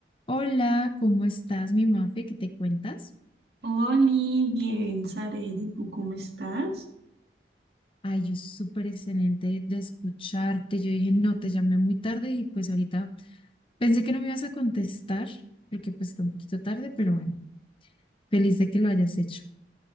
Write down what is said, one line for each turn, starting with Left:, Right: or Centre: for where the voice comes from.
Left: Hola, ¿cómo estás, mi Mafe? ¿Qué te cuentas?
Right: Oli, bien, Saredi, ¿tú cómo estás?
Left: Ay, yo súper excelente de escucharte. Yo dije, no, te llamé muy tarde y pues ahorita pensé que no me ibas a contestar porque pues está un poquito tarde, pero bueno, feliz de que lo hayas hecho.